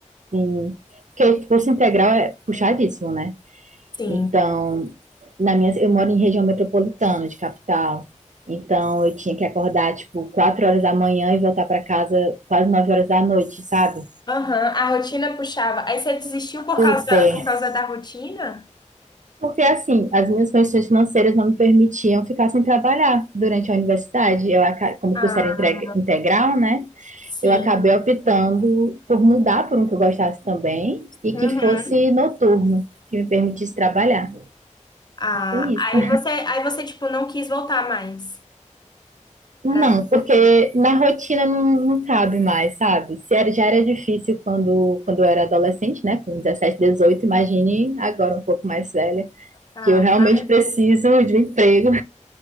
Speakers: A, on the right; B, on the left.
A: Assim, porque curso integral é puxadíssimo, né?
B: Sim.
A: Então, na minha, eu moro em região metropolitana de capital. Então, eu tinha que acordar, tipo, 4 horas da manhã e voltar para casa quase 9 horas da noite, sabe?
B: Aham. A rotina puxava. Aí você desistiu por
A: Super
B: causa, por causa da rotina?
A: Porque assim, as minhas condições financeiras não me permitiam ficar sem trabalhar durante a universidade. Eu, aca- como
B: Ah,
A: o curso era integra- integral, né?
B: sim.
A: Eu acabei optando por mudar por um que eu gostasse também e
B: Uhum.
A: que fosse noturno, que me permitisse trabalhar.
B: Ah,
A: Foi isso.
B: aí você, aí você, tipo, não quis voltar mais
A: Não,
B: pra arquitetura.
A: porque na rotina não, não cabe mais, sabe? Se era, já era difícil quando, quando eu era adolescente, né? Com dezessete dezoito imagine agora um pouco mais velha,
B: Ah,
A: que eu realmente
B: imagina,
A: preciso de um emprego